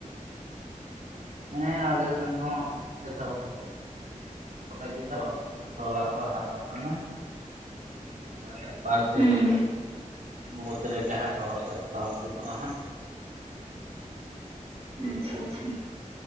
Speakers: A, on the right; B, on the right.
A: ᱦᱮᱸ ᱟᱞᱮᱥᱮᱱ ᱦᱚᱸ ᱮᱛᱚᱦᱚᱵ ᱜᱚᱴᱟ ᱜᱤᱫᱽᱨᱟᱹ ᱛᱚᱞᱟ ᱠᱚ ᱦᱟᱨᱟᱣ ᱠᱟᱱᱟ ᱟᱪᱪᱷᱟ ᱵᱟᱨ ᱯᱮ
B: ᱦᱩᱸ
A: ᱫᱤᱱ ᱢᱩᱫᱽ ᱨᱮᱜᱮ ᱦᱟᱸᱜ ᱨᱚᱦᱚᱭ ᱫᱚ ᱮᱛᱚᱦᱚᱵ ᱜᱚᱫᱚᱜ-ᱟ ᱦᱟᱸᱜᱼᱼ
B: ᱟᱪᱪᱷᱟ ᱟᱪᱪᱷᱟ